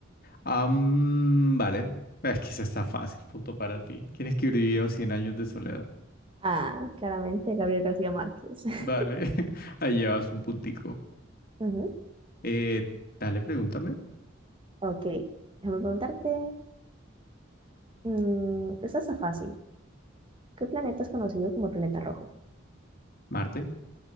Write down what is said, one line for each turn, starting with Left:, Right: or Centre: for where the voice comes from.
Left: am, vale. Es quizás está fácil, punto para ti. ¿Quién escribió 100 años de soledad?
Right: Ah, claramente, Gabriel García Márquez. <laughs>
Left: Vale, <laughs> ahí llevas un puntico.
Right: Ujú.
Left: Eh, dale, pregúntame.
Right: Ok, déjame preguntarte. mm, esta está fácil. ¿Qué planeta es conocido como el planeta rojo?
Left: Marte.